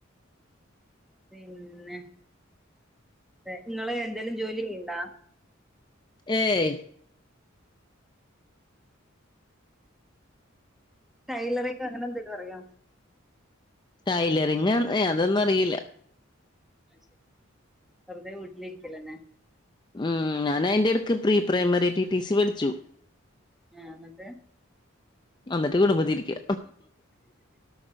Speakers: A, in the centre; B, on the left.
A: പിന്നെ നിങ്ങള് എന്തേലും ജോലി ചെയ്യിണ്ട
B: ഏയ്
A: ടൈലറിങ് അങ്ങനെ എന്തേലും അറിയോ
B: ടൈലറിങ് അതൊന്നും അറിയില്ല
A: ശരി വെറുതെ വീട്ടില ഇരിക്കലന്നെ
B: ഉം ഞാൻ അയിന്റെ ഇടക്ക് pre primary T T C പഠിച്ചു
A: ആഹ് എന്നിട്ട്
B: എന്നിട്ട് കുടുമ്പത്തിരിക്ക